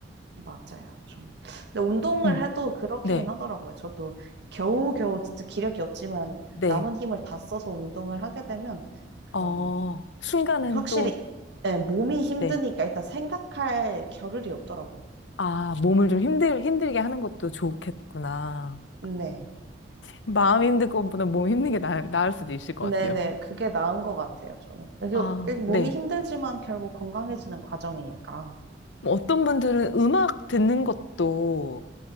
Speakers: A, on the right (about 65°); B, on the left (about 70°).
A: 맞아요. 좀. 근데 운동을
B: 음.
A: 해도 그렇기는
B: 네.
A: 하더라고요. 저도 겨우겨우 진짜 기력이 없지만
B: 네.
A: 남은 힘을 다 써서 운동을 하게 되면 그런
B: 어, 순간은
A: 확실히
B: 또,
A: 네, 몸이 힘드니까
B: 네.
A: 일단 생각할 겨를이 없더라고요.
B: 아, 몸을 좀 힘들, 힘들게 하는 것도 좋겠구나.
A: 네.
B: 마음 힘든 것보다 몸 힘든 게 나, 나을 수도 있을 것
A: 네네,
B: 같아요.
A: 그게 나은 것 같아요, 저는. 그리고
B: 아,
A: 일- 몸이
B: 네.
A: 힘들지만 결국 건강해지는 과정이니까.
B: 뭐 어떤 분들은 음악 듣는 것도